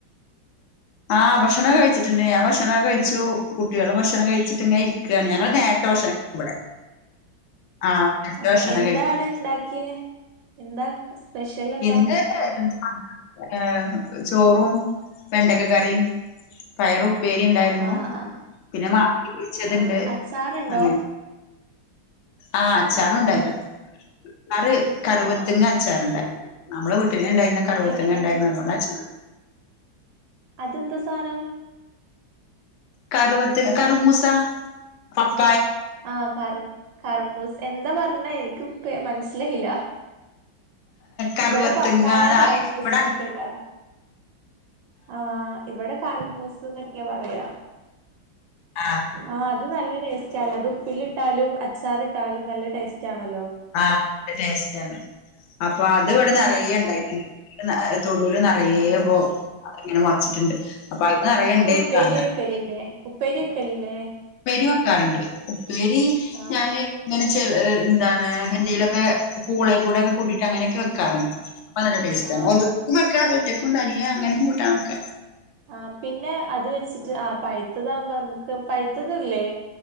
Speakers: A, on the left; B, on the right.
A: ആ ഭക്ഷണം കഴിച്ചിട്ടുണ്ട് ഞാൻ ഭക്ഷണം കഴിച്ചു കുട്ടികളും ഭക്ഷണം കഴിച് ട്ടങ്ങ ഇരിക്കുകയാണ് ഞങ്ങൾ നേരത്തെ ഭക്ഷണം കഴിക്കും ഇവിടെ ആഹ് രണ്ട്
B: ആഹ്
A: ഭക്ഷണം
B: എന്താണ്
A: കഴിക്കും
B: ഇണ്ടാക്കിയെ എന്താ സ്പെഷ്യൽ
A: <unintelligible>
B: എന്താ
A: ഏ ചോറും വെണ്ടക്ക കറിയും പയറും ഉപേരി ഉണ്ടായിരുന്നു
B: ആഹ് ആഹ്
A: പിന്നെ മാട്ടില് കുഴിച്ചത്ണ്ട്
B: ആഹ് അച്ചാറുണ്ടോ
A: അങ്ങനെ ആ അച്ചാറുണ്ടായിരുന്നു
B: ആഹ്
A: ച്ചാറ് കറുവത്തിങ്ങ
B: ആഹ് ആഹ്
A: അച്ചാറണ്ടായിരുന്നു നമ്മള് വി ഉപ്പേരി ഉണ്ടായിരുന്നു കരുവാതിങ
B: എങ് എൻ
A: ഉണ്ടായിരുന്നത്തൊണ്ട് അച്ചാർ
B: അതെന്താ സാനം
A: കറവത്ത് കറമൂസ പ
B: ആ കർ കറമൂസ് എന്താ പറഞ്ഞെ എനിക്ക് മനസ്സിലായില്ല
A: കറുവത്തിങ്ങ
B: ഇവിടെ പപ്പായ കർമൂസ്
A: ഇവിടെ
B: എന്നൊക്കെ പറ ആ ഇവിടെ കാലമൂസ് എന്നൊക്കെയാ പറയാ
A: ആ
B: ആ അത് നല്ല ടേസ്റ്റ്ല്ല അത് ഉപ്പിലി ഇട്ടാലും അച്ചാറി ഇട്ടാലും നല്ല ടേസ്റ്റ് റ്റ് ആണല്ലോ
A: ആ ടേസ്റ്റ് ആണ് അപ്പൊ അത് ഇവിടെ നിറയെ
B: ആഹ്
A: ഇണ്ടായിട്ടിണ്ട് ഉഹ് തൊടുല നിറയെ
B: ആഹ്
A: പോ അതെങ്ങനെ മറച്ചിട്ടുണ്ട് അപ്പൊ അയിന്ന് അറിയണ്ടേ
B: അത് ഉപ്പേരി
A: പ്രായ
B: വെക്കലില്ലേ ഉപ്പേരി വെക്കലിലെ
A: ഉപ്പേരി വെക്കാറുണ്ട് ഉപ്പേരി
B: ആഹ്
A: ഞാന് ഇങ്ങനെ ചെ എന്താണ് എന്തെലൊക്കെ പൂളെ കൂടെക്കെകൂട്ടീട് അങനെകെ വെക്കാറണ്ട് അപ്പൊ നല്ല ടേസ്
B: ആഹ്
A: ആണ് ഒന്നു വെക്കാതെ റ്റക്കും തരിയ അങ്ങനെ കൂട്ടൻ ഒക്കെ
B: ആ പിന്നെ അത് വെച്ചിട്ട് ആ പഴുത്തതാകുമ്പോ നമുക്ക് പഴത്തതല്ലേ